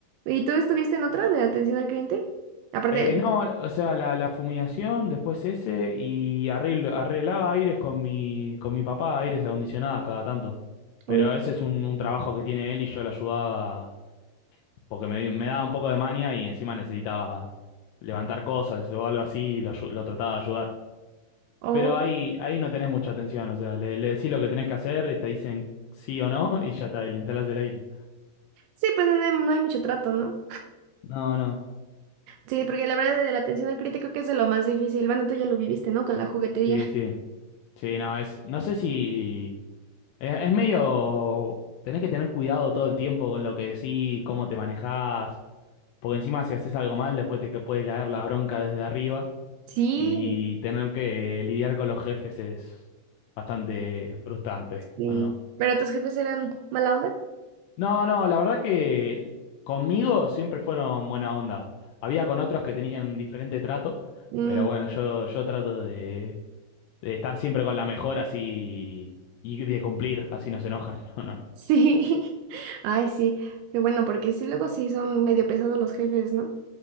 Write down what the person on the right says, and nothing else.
¿Y tú estuviste en otra de atención al cliente? Aparte
de la...
Oh,
oh.
Sí, pues no no hay, no hay mucho trato, ¿no?
Sí, porque la verdad de la atención al cliente creo que es de lo más difícil. Bueno, tú ya lo viviste, ¿no? Con la juguetería.
Sí,
Sí.
¿Pero tus jefes eran mala onda?
Mm,
sí. <laughs> Ay, sí. Qué bueno, porque sí, luego sí son medio pesados los jefes, ¿no?